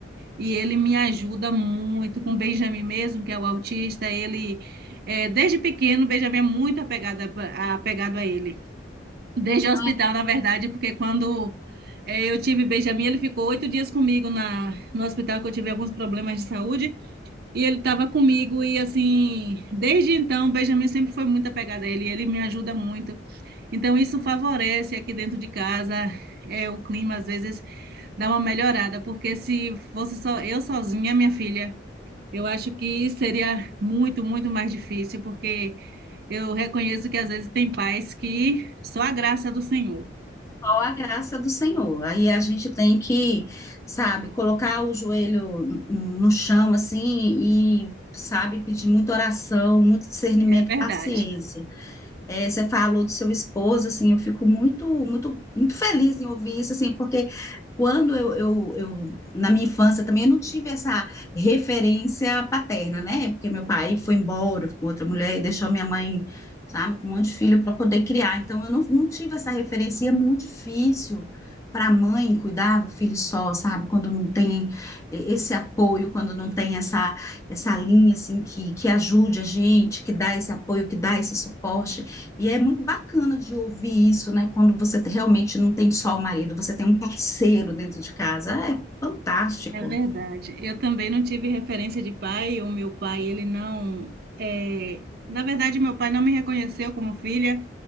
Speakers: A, on the right; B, on the left.
A: e ele me ajuda muito com o Benjamin mesmo, que é o autista. Ele, é, desde pequeno, o Benjamin é muito apegado a, apegado a ele. Desde o
B: Ah,
A: hospital, na verdade, porque quando eh, eu tive Benjamin, ele ficou oito dias comigo na, no hospital, que eu tive alguns problemas de saúde, e ele estava comigo, e assim, desde então, Benjamin sempre foi muito apegado a ele, e ele me ajuda muito. Então, isso favorece aqui dentro de casa, é, o clima às vezes dá uma melhorada, porque se fosse só eu sozinha, minha filha, eu acho que seria muito, muito mais difícil, porque eu reconheço que às vezes tem pais que só a graça do Senhor.
B: qual a graça do Senhor? Aí a gente tem que, sabe, colocar o joelho no chão assim e sabe pedir muita oração, muito discernimento,
A: É verdade,
B: e paciência. É, você falou do seu esposo, assim, eu fico muito, muito, muito feliz em ouvir isso, assim, porque quando eu, eu, eu na minha infância também eu não tive essa referência paterna, né? Porque meu pai foi embora com outra mulher e deixou minha mãe, sabe, com um monte de filho para poder criar. Então eu não, não tive essa referência, e é muito difícil para a mãe cuidar do filho só, sabe? Quando não tem e- esse apoio, quando não tem essa essa linha assim que que ajude a gente, que dá esse apoio, que dá esse suporte. E é muito bacana de ouvir isso, né? Quando você realmente não tem só o marido, você tem um parceiro dentro de casa. É fantástico.
A: é verdade. Eu também não tive referência de pai. O meu pai, ele não. é, Na verdade, meu pai não me reconheceu como filha.